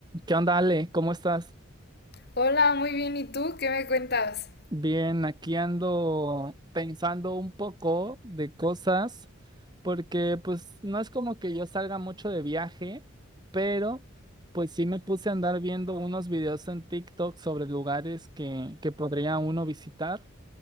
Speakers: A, on the right (about 20°); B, on the left (about 45°).
A: ¿Qué onda, Ale? ¿Cómo estás?
B: Hola, muy bien. ¿Y tú qué me cuentas?
A: Bien, aquí ando pensando un poco de cosas, porque pues no es como que yo salga mucho de viaje, pero pues sí me puse a andar viendo unos videos en TikTok sobre lugares que, que podría uno visitar.